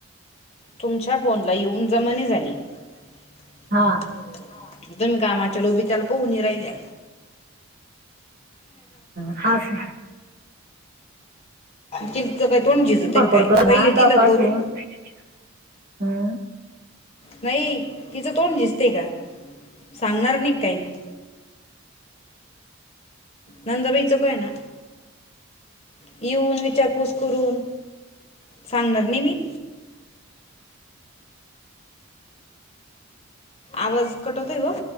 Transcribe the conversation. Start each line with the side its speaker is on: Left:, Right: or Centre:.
Left: तुमच्या फोनला येऊन जमानी झाली, <unintelligible>
Right: हा
Left: तुम्ही कामाच्या लोभी त्याला पोहणी राहिल्या,
Right: हा स,
Left: ति का तोंड <unintelligible> एक
Right: फडफड
Left: काय
Right: कर
Left: पहिले
Right: ना
Left: दिलं करून,
Right: <unintelligible> हम्म
Left: नाही तिचं तोंड दिसते का, सांगणार नाही काय मी, नंदाबाईचं काय ना, येऊन विचारपूस करून सांगणार नाही मी, आवाज कट होतंय ग,